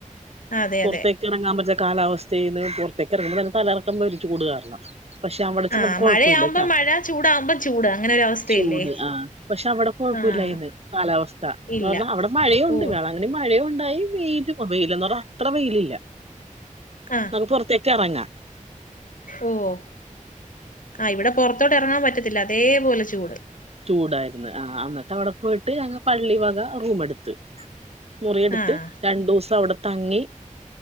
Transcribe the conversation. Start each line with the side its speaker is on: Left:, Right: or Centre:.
Left: അതെ
Right: പുറത്തേക്കിറങ്ങാൻ
Left: അതെ
Right: പറ്റത്ത കാലാവസ്ഥയില് പുറത്തേക്കിറങ്ങുമ്പോ തന്നെ തലകറക്കം വരും ചൂടു കാരണം പക്ഷെ അവിട ചെന്നപ്പോ
Left: ആഹ്
Right: കൊഴപ്പവില്ലട്ടാ
Left: മഴയാവുമ്പോ മഴ ചൂടാവുമ്പോ ചൂട് അങ്ങനെ ഒരു അവസ്ഥയല്ലേ
Right: ചൂട് ആ പക്ഷെ അവിട കുഴപ്പല്ലായിന്ന്
Left: ആഹ്
Right: കാലാവസ്ഥ എന്ന്
Left: ഇല്ല
Right: പറഞ്ഞ അവിടെ മഴയൂണ്ട്.
Left: ഓ
Right: <unintelligible> മഴയു ണ്ടായിവെയിലു വെയിലന്ന് പറഞ്ഞാ അത്ര വെയിലില്ല.
Left: ആഹ്
Right: നമുക്ക് പൊറത്തേ ക്കെറങ്ങാ.
Left: ഓ ഓ ആ ഇവിടെ പൊർ ത്തോട്ട് എറങ്ങാൻ പറ്റത്തില്ല അതേ പോലെചൂട്
Right: ചൂടായിരുന്ന് ആ അന്നിട്ടവിടെ പോയിട്ട് അങ്ങ് പള്ളി വക റൂം എടുത്ത് മുറിയെടുത്ത്
Left: ആഹ്
Right: രണ്ടൂസം അവിടെ തങ്ങി